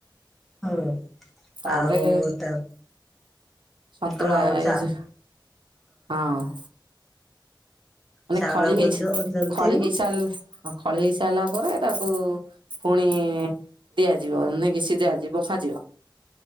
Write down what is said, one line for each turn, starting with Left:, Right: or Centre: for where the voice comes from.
Centre: ହଉ
Right: ତାପରେ
Centre: ଆଉ ତା
Right: ସନ୍ତୁଳା
Centre: ଆଉ
Right: ଏଇ
Centre: ଚା
Right: ଜୋ ହଁ। ମାନେ
Centre: ଚାଉଳକୁ
Right: ଖଳି ହେଇଚି
Centre: ଜ ଜନ୍ତିବୁ
Right: ଖଳି ହେଇସରିଲା ଖଳି ହେଇ ସାରିଲା ପରେ ତାକୁ ପୁଣି ଦିଆଯିବ ନେଇ କିଛି ଦିଆଯିବ ଖୋଜିବ।